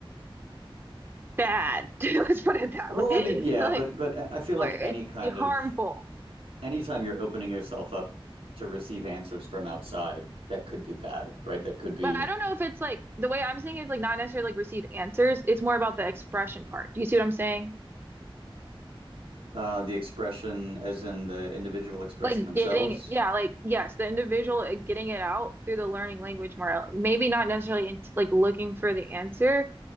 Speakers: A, on the right (about 25°); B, on the right (about 85°).
A: bad. <laughs> Let's put it that
B: Well,
A: way.
B: I mean, yeah,
A: <laughs> Like,
B: but but I I feel like
A: or it
B: any kind
A: could be harmful.
B: of anytime you're opening yourself up to receive answers from outside, that could be bad, right? That could be
A: But I don't know if it's like the way I'm saying it, like not necessarily like receive answers. It's more about the expression part. Do you see what I'm saying?
B: uh the expression as in the individual expressing
A: like
B: themselves.
A: getting yeah like yes the individual uh, getting it out through the learning language more uh, maybe not necessarily in, like looking for the answer